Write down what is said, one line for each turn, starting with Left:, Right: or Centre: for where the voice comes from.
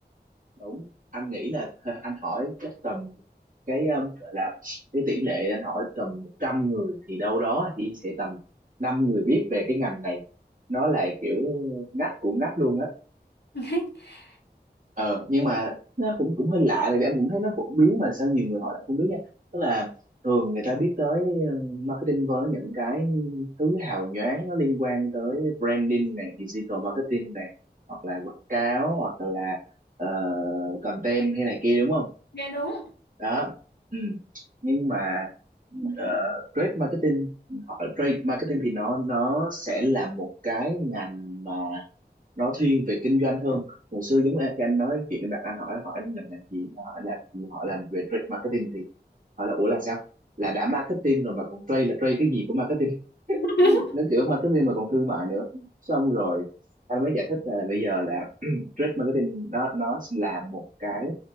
Right: đúng anh nghĩ là <laughs> anh hỏi chắc tầm cái um, gọi là cái tỷ lệ anh hỏi tầm 100 người thì đâu đó thì sẽ tầm 5 người biết về cái ngành này nó là kiểu ngách của ngách luôn á
Left: <laughs>
Right: ờ nhưng mà nó cũng cũng hơi lạ tại vì anh cũng thấy nó phổ biến mà sao nhiều người họ lại không biết nha tức là thường người ta biết tới ờ, marketing với những cái thứ hào nhoáng nó liên quan tới branding này digital marketing này hoặc là quảng cáo hoặc là ờ, content hay này kia đúng không
Left: Dạ đúng.
Right: đó ừ. nhưng mà ờ, trade marketing họ trade marketing thì nó nó sẽ là một cái ngành mà nó thiên về kinh doanh hơn hồi xưa giống như khi anh nói chuyện với bạn anh hỏi hỏi anh làm ngành gì Nó hỏi là gì? họ làm về trade marketing thì hỏi là ủa là sao là đã marketing rồi mà còn trade là trade cái gì của marketing
Left: <laughs>
Right: nó kiểu marketing mà còn thương mại nữa xong rồi anh mới giải thích là bây giờ là <clears throat> trade marketing nó nó là một cái